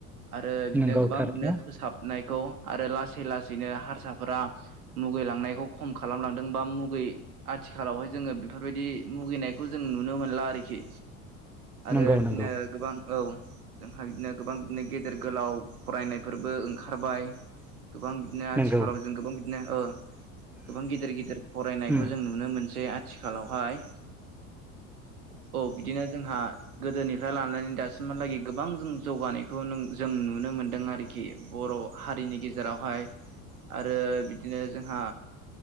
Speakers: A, on the right; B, in the centre.
A: आरो बिदिनो
B: नंगौ
A: गोबां
B: थारैनो
A: बिदिनो फोसाबनायखौ आरो लासै लासैनो हारसाफोरा मुगैलांनायखौ खम खालामलांदों बा मुगै आथिखालावहाय जोङो बेफोरबायदि मुगैनायखौ जों नुनो मोनला आरोखि आरो
B: नंगौ
A: बिदिनो
B: नंगौ
A: गोबां औ जोंहा बिदिनो गोबां बिदिनो गेदेर गोलाव फरायनायफोरबो ओंखारबाय गोबां बिदिनो आथिखालाव
B: नंगौ
A: जों गोबां बिदिनो ओ गोबां गिदिर गिदिर फरायनायखौ
B: उम
A: जों नुनो मो सै आथिखालावहाय औ बिदिनो जोंहा गोदोनिफ्राय लानानै दासिमहालागै गोबां जों जौगानायखौ जों नुनो मोनदों आरोखि बर' हारिनि गेजेरावहाय आरो बिदि दिनो जोंहा